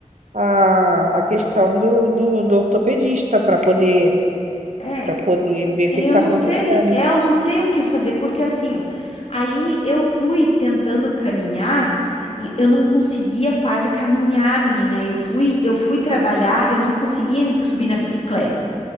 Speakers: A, on the right (about 70°); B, on the left (about 55°).
A: a, a questão do, do, do ortopedista para poder,
B: É,
A: para poder ver o
B: Eu
A: que está
B: não
A: acontecendo.
B: sei, é, eu não sei o que fazer, porque assim, ó, aí eu fui tentando caminhar e eu não conseguia quase caminhar, menina. Eu fui, eu fui trabalhar, eu não conseguia ent- subir na bicicleta.